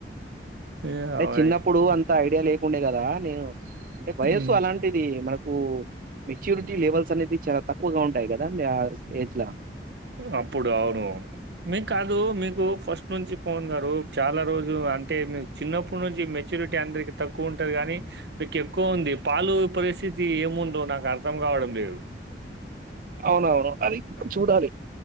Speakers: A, on the right; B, on the right.
A: ఏ
B: అంటే
A: అవ
B: చిన్నప్పుడు అంత ఐడియా లే ఉండే కదా నేను అంటే వయస్సు
A: ఈ
B: అలాంటిది మనకు మెచ్యూరిటీ లెవెల్స్ అనేది చాలా తక్కువగా ఉంటాయి కదా ఏజ్
A: అప్పుడు అవును మీకు కాదు మీకు ఫస్ట్ నుంచి పవన్ గారు చాలా రోజు అంటే మీ చిన్నప్పటి నుంచి మెచ్యూరిటీ అందరికి తక్కువ ఉంటది గానీ కానీ మీకు ఎక్కువ ఉంది పాలు పరిస్థితి ఏముందో నాకు అర్థం గావడం లేదు
B: అవునవును అది చూడాలి.